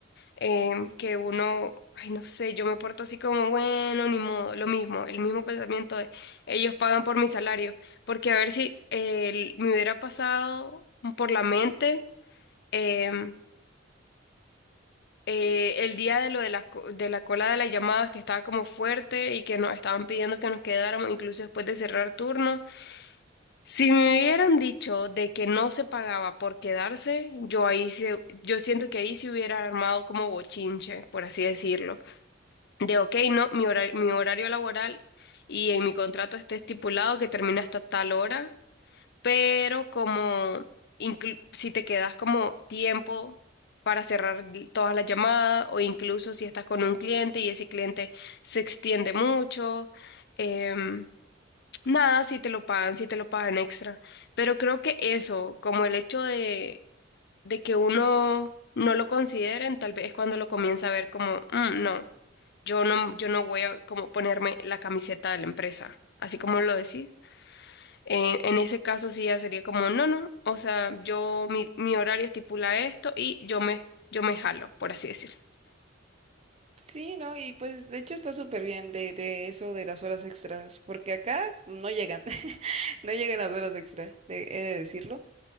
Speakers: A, on the left; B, on the right.
A: em, que uno, ay, no sé, yo me porto así como, bueno, ni modo, lo mismo, el mismo pensamiento de ellos pagan por mi salario, porque a ver si eh, me hubiera pasado por la mente em, eh, el día de lo de la, co- de la cola de las llamadas que estaba como fuerte y que nos estaban pidiendo que nos quedáramos, incluso después de cerrar turno. Si me hubieran dicho de que no se pagaba por quedarse, yo ahí se, yo siento que ahí se hubiera armado como bochinche, por así decirlo. de, ok, no, mi horario mi horario laboral y en mi contrato está estipulado que termina hasta tal hora, pero como inclu- si te quedas como tiempo para cerrar di- todas las llamadas o incluso si estás con un cliente y ese cliente se extiende mucho, em, nada, si te lo pagan, si te lo pagan extra. Pero creo que eso, como el hecho de, de que uno no lo consideren, tal vez es cuando lo comienza a ver como, "Mm, no. Yo no, yo no voy a como ponerme la camiseta de la empresa, así como lo decís. Eh, en ese caso sí ya sería como, no, no, o sea, yo, mi, mi horario estipula esto y yo me, yo me jalo, por así decirlo.
B: Sí, ¿no? Y pues de hecho está súper bien de, de eso de las horas extras, porque acá no llegan, <laughs> no llegan las horas extra, de- he de decirlo.